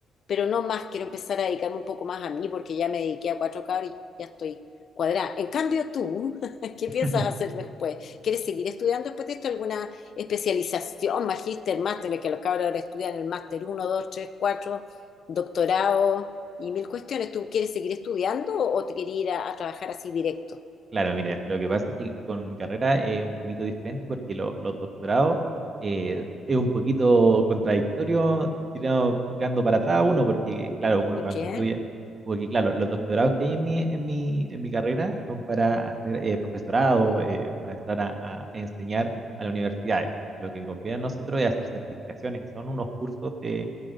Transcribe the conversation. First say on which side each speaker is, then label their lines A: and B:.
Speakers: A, on the left; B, on the right.
A: pero no más, quiero empezar a dedicarme un poco más a mí porque ya me dediqué a cuatro cabros y ya estoy cuadrada. En cambio, tú, <laughs> ¿qué
B: <laughs>
A: piensas hacer después? ¿Quieres seguir estudiando después de esto? ¿Alguna especialización, magíster, máster, que los cabros ahora estudian el máster uno 2 3 4 doctorado y mil cuestiones. ¿Tú quieres seguir estudiando o te quieres ir a, a trabajar así directo?
B: Claro, mire, lo que pasa es que con mi carrera es un poquito diferente porque lo- los doctorados eh, es un poquito contradictorio tirado, tirando para atrás uno, porque claro, uno
A: ¿Por
B: cuando
A: qué?
B: estudia, porque claro, los doctorados que hay en mi, en mi, en mi carrera son para hacer eh, profesorado, eh, para entrar a, a enseñar a las universidades. Lo que conviene a nosotros es hacer certificaciones, que son unos cursos de,